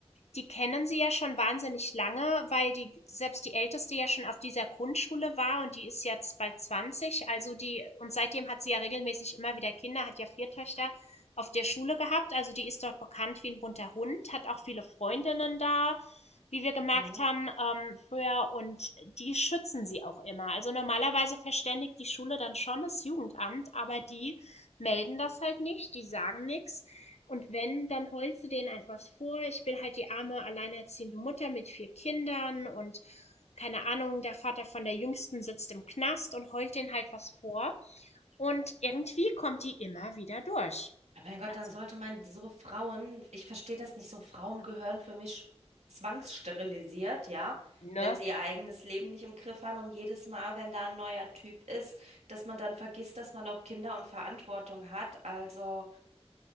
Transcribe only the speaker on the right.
Mhm.
Aber mein Gott, dann
sollte man so Frauen, ich verstehe das nicht so, Frauen gehören für mich zwangssterilisiert, ja,
wenn sie ihr eigenes Leben nicht im Griff haben und jedes Mal, wenn da ein neuer Typ ist, dass man dann vergisst, dass man auch Kinder und Verantwortung hat. Also,